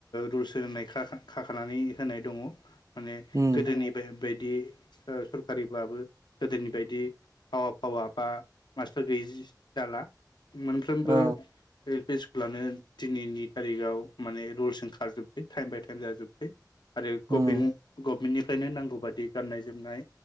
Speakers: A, on the left; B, on the right.
A: रुल्स होननाय खाखानानै होनाय दङ। माने
B: उम
A: गोदोनि बाय बाय दि ओ सरखारिबाबो गोदोनि बायदि आवा फावा बा मास्टार गैयि जिस-जाला। मोनफ्रोमबो
B: औ
A: एल पि स लानो दिनैनि थारिखाव माने रुल्सजों खारजोबसै टाइम बाय टाइम जाजोबबाय। आरो गभेनु-गभमेननि
B: उम
A: फ्रायनो नांगौ बादि गाननाय जोमनाय